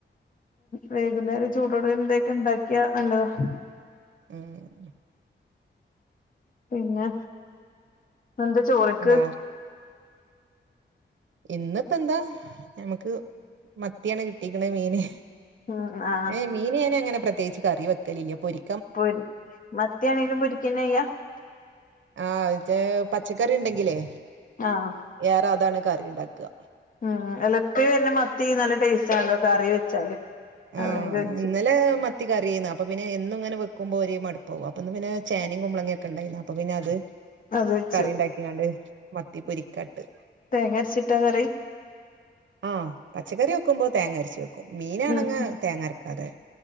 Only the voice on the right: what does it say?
ഉം
വേറെ ഇന്നിപ്പെന്താ ഞമ്മക്ക് മത്തിയാണ് കിട്ടിക്ക്ണ് മീന്
ഏഹ് മീന് ഞാനങ്ങനെ പ്രത്യേകിച്ച് കറി വെക്കലില്ല പൊരി
ആഹ് അതെ പച്ചക്കറി ഇണ്ടെങ്കിലേ
ഏറെ അതാണ് കറി ഇണ്ടാക്കാ
ആഹ്
ഇന്നലെ മ ത്തി കറിയേന്നു, അപ്പൊ പിന്നെ എന്നും ഇങ്ങനെ വെക്കുമ്പോ ഒര് മടുപ്പാവും അപ്പൊ ഇന്ന് പിന്നെ ചേനയും കുമളങ്ങയും ഒക്കെണ്ടായിന്നു, അപ്പൊ പിന്നെ അത്
കറി ഇണ്ടാക്കിങ്ങാണ്ട് മത്തി പൊരിക്കാട്ട്
ആഹ് പച്ചക്കറി വെക്കുമ്പോ തേങ്ങരച്ച് വെക് മീനാണങ്ങേ
തേങ്ങരക്കാതെ